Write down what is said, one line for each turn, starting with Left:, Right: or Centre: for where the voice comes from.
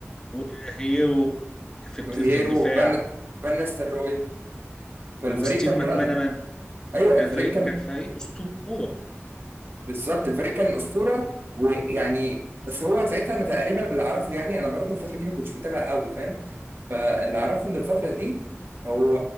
Left: وهيرو في الد-
Right: وهيرو
Left: في الدفاع
Right: فان فان نستروي فالفريق
Left: وستيف
Right: كان
Left: ماكمانامان
Right: ملغى ايوه
Left: كان
Right: الفريق
Left: فريق
Right: كان
Left: كان فريق اسطوره
Right: بالظبط الفريق كان اسطوره ويعني بس هو ساعتها انا تقريبا اللي اعرفه يعني انا برضو الفتره دي ما كنتش متابع قوي فاهم فاللي اعرفه ان الفتره دي هو